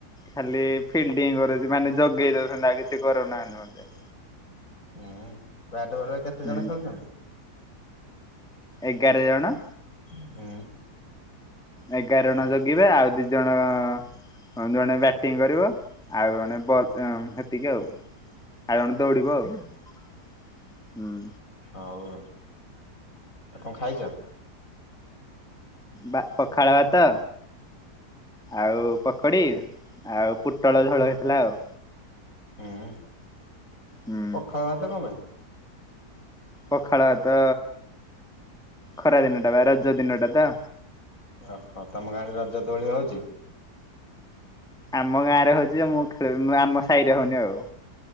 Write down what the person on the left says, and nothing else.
ହୁଁ, ବ୍ୟାଟ ବଲ୍ ରେ କେତେ
ଜଣ ଖେଳୁଛନ୍ତି?
ହୁଁ।
ଅ
ହଉ ଆଉ, ଆଉ କଣ ଖାଇଛ?
ହୁଁ,
ପଖାଳ ଭାତ କଣ ପାଇଁ?
ଓହୋ, ତମ ଗାଁରେ ରଜ ଦୋଳି ହଉଛି?